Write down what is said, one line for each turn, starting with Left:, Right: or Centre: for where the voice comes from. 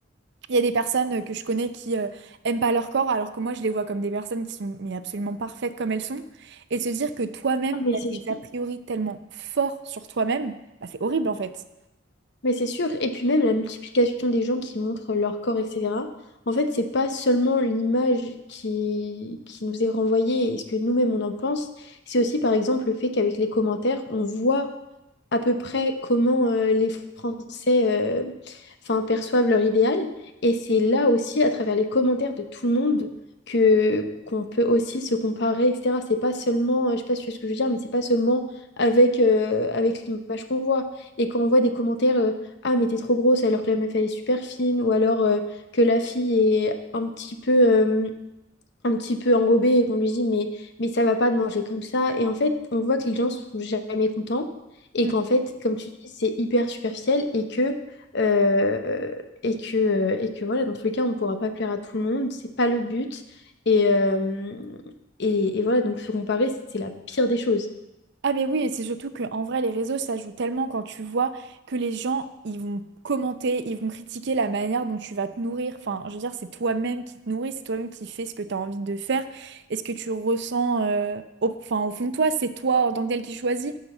Right: il y a des personnes euh, que je connais qui euh, aiment pas leur corps, alors que moi je les vois comme des personnes qui sont mais absolument parfaites comme elles sont. Et de se dire que toi-même,
Left: Ah, mais
Right: tu
Left: c'est
Right: as des
Left: sûr.
Right: a priori tellement forts sur toi-même, bah, c'est horrible en fait.
Left: Mais c'est sûr. Et puis même la multiplication des gens qui montrent leur corps, etc. En fait, c'est pas seulement l'image qui, qui nous est renvoyée et ce que nous-mêmes on en pense, c'est aussi par exemple le fait qu'avec les commentaires, on voit à peu près comment euh, les Français euh, enfin, perçoivent leur idéal. Et c'est là aussi, à travers les commentaires de tout le monde, que qu'on peut aussi se comparer, etc. C'est pas seulement, euh, je sais pas si tu vois ce que je veux dire, mais c'est pas seulement avec, euh, avec l'image qu'on voit. Et quand on voit des commentaires, euh, ah mais t'es trop grosse alors que la meuf elle est super fine, ou alors euh, que la fille est un petit peu euh, un petit peu enrobé et qu'on lui dit mais, mais ça va pas de manger comme ça. Et en fait, on voit que les gens sont jamais contents et
Right: Mm.
Left: qu'en fait, comme tu dis, c'est hyper superficiel et que, euh, et que, euh, et que voilà, dans tous les cas, on ne pourra pas plaire à tout le monde, c'est pas le but. Et, euh, et, et voilà, donc se comparer, c'est la pire des choses.
Right: Ah mais oui, et c'est surtout que en vrai, les réseaux, ça joue tellement quand tu vois que les gens, ils vont commenter, ils vont critiquer la manière dont tu vas te nourrir. Enfin, je veux dire, c'est toi-même qui te nourris, c'est toi-même qui fais ce que tu as envie de faire. Et ce que tu ressens euh, au, enfin, au fond de toi, c'est toi en tant que tel qui choisis.